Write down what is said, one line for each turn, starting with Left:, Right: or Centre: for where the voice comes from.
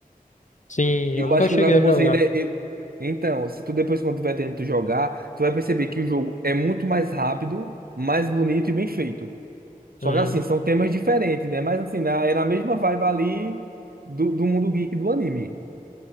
Left: Sim,
Right: Eu
Left: eu nunca
Right: acho que
Left: cheguei
Right: o Dragon
Left: a
Right: Ball
Left: jogar.
Right: Z, ele é... ele- Então, se tu depois, quando tiver tempo de jogar, tu vai perceber que o jogo é muito mais rápido, mais bonito e bem feito. Só
Left: Uhum.
Right: que assim, são temas diferentes, né? Mas assim, na- é na mesma vibe ali do, do mundo geek do anime.